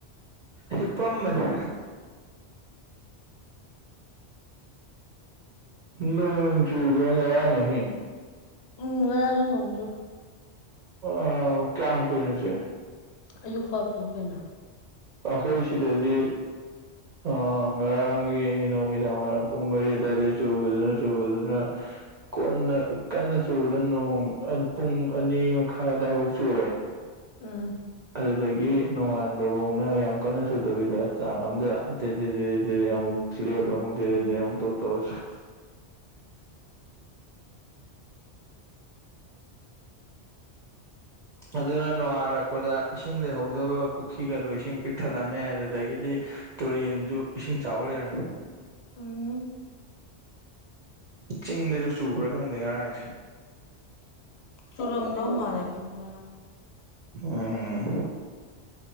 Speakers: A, on the right; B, on the left.
A: ꯍꯤꯞꯄꯝꯕꯅꯤ ꯅꯣꯡ ꯆꯨꯕ꯭ꯔꯥ ꯉꯔꯥꯡ ꯑꯍꯤꯡ
B: ꯎꯝ ꯉꯔꯥꯡ ꯅꯣꯡ ꯆꯨꯏ
A: ꯑ ꯀꯌꯥꯝ ꯀꯨꯏꯅ ꯆꯨꯏ
B: ꯑꯌꯨꯛꯐꯥꯎ ꯆꯨꯏ ꯀꯩꯅꯣ
A: ꯑꯩꯈꯣꯏ ꯁꯤꯗꯗꯤ ꯑ ꯉꯔꯥꯡꯒꯤ ꯅꯨꯃꯤꯗꯥꯡ ꯋꯥꯏꯔꯝ ꯄꯨꯡ ꯃꯔꯤ ꯑꯗꯨꯋꯥꯏꯗꯒꯤ ꯆꯨꯕꯗꯨꯅ ꯆꯨꯕꯗꯨꯅ ꯀꯣꯟ ꯀꯟꯅ ꯆꯨꯕꯗ ꯅꯣꯡ ꯄꯨꯡ ꯑꯅꯤ ꯃꯈꯥꯏ ꯑꯋꯥꯏꯐꯥꯎ ꯆꯨꯔꯦ
B: ꯎꯝ
A: ꯑꯗꯨꯗꯒꯤ ꯅꯣꯡꯉꯥꯟꯕꯐꯥꯎꯅ ꯌꯥꯝ ꯀꯟꯅ ꯁꯨꯗꯕꯤꯗ ꯆꯥꯡ ꯑꯝꯗ ꯗꯦ ꯗꯦ ꯗꯦ ꯑꯃꯨꯛ ꯂꯦꯟ ꯑꯃꯨꯛ ꯗꯦ ꯗꯦ ꯗꯦ ꯑꯃꯨꯛ ꯇꯧ ꯇꯧꯔ ꯆꯨꯏ ꯑꯗꯨꯅ ꯅꯣꯡꯉꯥꯜꯂꯛꯄꯗ ꯏꯁꯤꯡ ꯂꯩꯍꯧꯗꯕ ꯄꯨꯈ꯭ꯔꯤꯒꯗꯣ ꯏꯁꯤꯡ ꯄꯤꯛꯊꯠꯂꯝꯃꯦ ꯑꯗꯨꯗꯒꯤꯗꯤ ꯇꯨꯔꯦꯟꯁꯨ ꯏꯁꯤꯡ ꯆꯥꯎꯕ ꯂꯩꯔꯝꯃꯦ
B: ꯎꯝ
A: ꯆꯤꯡꯗꯁꯨ ꯆꯨꯕ꯭ꯔꯥ ꯈꯪꯗꯦ ꯉꯔꯥꯡꯁꯦ
B: ꯆꯨꯔꯝꯗꯣ ꯃꯥꯜꯂꯦ ꯈꯪꯕ
A: ꯎꯝ